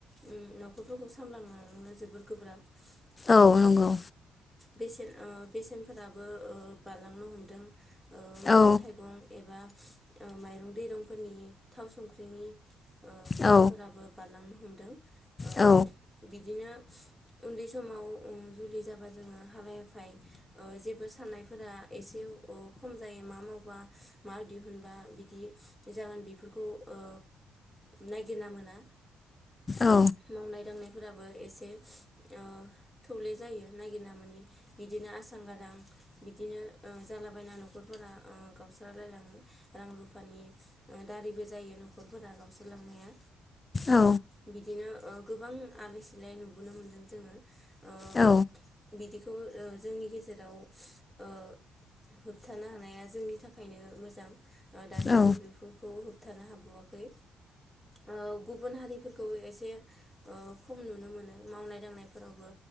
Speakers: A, in the centre; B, on the left.
A: उम न'खरफोरखौ सामलांलांनो जोबोर गोब्राब।
B: औ
A: ओ
B: नंगौ।
A: बेसेन ओ बेसेनफोराबो ओ बारलांनो हमदों। ओ मैगं
B: औ
A: थाइगं एबा ओ माइरं दैरंफोरनि थाव संख्रिनि ओ
B: औ
A: दामफोराबो बारलांनो हम ओ
B: औ
A: बिदिनो उन्दै समाव ओ जुलि जाबा जोङो हालाय हाफाय ओ जेबो साननायफोरा एसे ओ खम जायो मा मावबा मा दिहुनबा बिदि जागोन बेफोरखौ ओ नायगिरना मोना।
B: औ
A: मावनाय दांनाय फोराबो एसे ओ थौले जायो नागिरना मोनि बिदिनो आसां गादां बिदिनो ओ जालाबायना ओ न'खरफोरा गावस्रालायलाङो रां रुफानि दारैबो जायो न'खरफोरा गावस्रालांनाया।
B: औ
A: बिदिनो ओ गोबां आलाय सिलाय नुबोनो मोनदों जोङो ओ
B: औ
A: बिदि खौबो ओ जोंनि गेजेराव ओ होबथानो हानाया जोंनि थाखायनो मोजां। ओ दासिमबो
B: औ
A: बेफोरखौ होब थानो हाबावाखै ओ गुबुन हारिफोरखौ ओ एसे ओ खम नुनो मोनो मावनाय दांनायफोरावबो